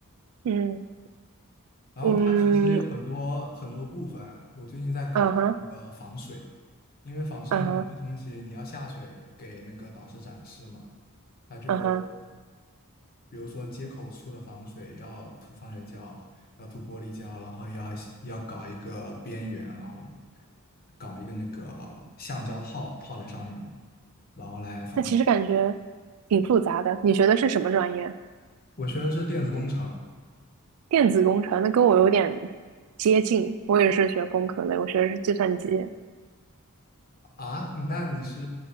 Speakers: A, on the right; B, on the left.
A: 嗯
B: 然后它其实有很多很多部分，
A: 嗯，
B: 我最近在搞那个防水，
A: 啊哈
B: 因为仿生鱼这东西你要下水给那个导师展示嘛，
A: 啊哈
B: 他就
A: 啊哈。
B: 比如说接口处的防水要涂防水胶，要涂玻璃胶，然后要要搞一个边缘，然后搞一个那个橡胶套套在上面，然后来防水。
A: 那其实感觉挺复杂的。你学的是什么专业？
B: 我学的是电子工程
A: 电子工程，那跟我有点接近。我也是学工科类，我学的是计算机
B: 啊，那你是